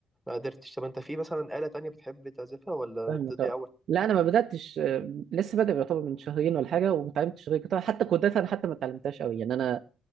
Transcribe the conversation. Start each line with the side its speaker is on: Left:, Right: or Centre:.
Centre: قدرتش طب انت في مثلا آلة تانية بتحب تعزفها ولا
Right: فاهمك
Centre: انت دي
Right: اه
Centre: اول
Right: لا انا ما بداتش آه، لسه بادئ يعتبر من شهرين ولا حاجه وما اتعلمتش غير جيتار حتى كودات انا حتى ما اتعلمتهاش قوي يعني انا